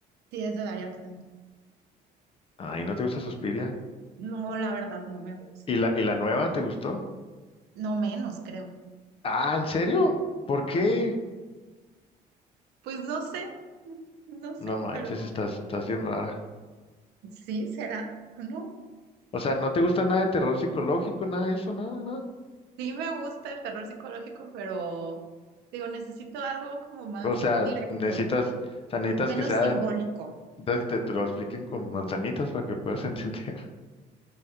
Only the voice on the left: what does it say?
Ay, ¿no te gusta Suspiria?
¿Y la, y la nueva te gustó?
Ah, ¿en serio? ¿Por qué?
No manches,
estás, estás bien rara.
O sea, ¿no te gusta nada de terror psicológico, nada de eso, nada, nada?
O sea,
necesitas, o sea, necesitas
que sea,
necesitas que te, te lo expliquen con manzanitas para que puedas entender. <laughs>